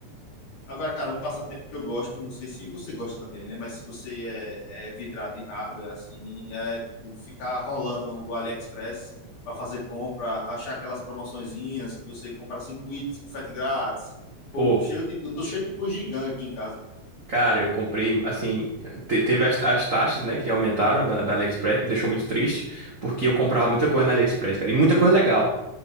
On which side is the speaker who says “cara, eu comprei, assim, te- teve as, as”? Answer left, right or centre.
Right